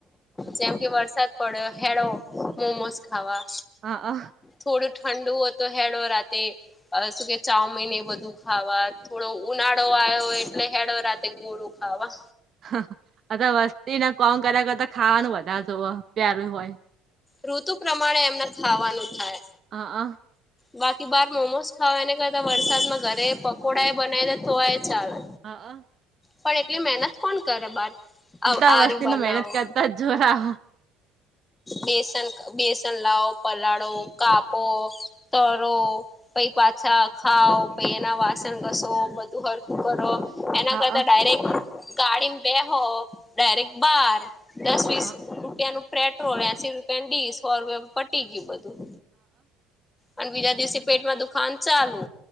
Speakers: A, on the left; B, on the right.
A: જેમ કે વરસાદ પડ્યો ચાલો મોમોસ ખાવા.
B: હા. હા.
A: થોડું ઠંડુ હો તો ચાલો રાતે. શું કે ચાઉમીન એ બધું ખાવા થોડો ઉનાળો આવ્યો એટલે ચાલો રાતે ગોળો ખાવા
B: હા આતો વસ્તીને કામ કર્યા કરતા ખાવાનું વધારે જોવો પ્યારું હોય.
A: ઋતુ પ્રમાણે એમને ખાવાનું થાય.
B: હા. હા.
A: બાકી બહાર મોમોસ ખાવા એને કરતા વરસાદમાં ઘરે પકોડા એ બનાવી દે તો પણ ચાલે.
B: હા. હા.
A: પણ એટલી મહેનત કોણ કરે બહાર બહાર
B: આટલા વસ્તીને
A: <unintelligible> બનાવો.
B: <unintelligible>
A: બેસન બેસન લાઓ, પલાળો, કાપો, તરો. પછી પાછા ખાઓ પછી એના વાસણ ઘસો બધું સરખુ કરો. એના
B: હા
A: કરતા ડાયરેક્ટ ગાડીમાં બેસો ડાયરેક્ટ બહાર. દસ વીસ
B: હ
A: રૂપિયા નું પેટ્રોલ એસી રૂપિયાની ડીઝ. <unintelligible> પટી ગયું બધું અને બીજા દિવસે પેટમાં દુખાવા નુ ચાલુ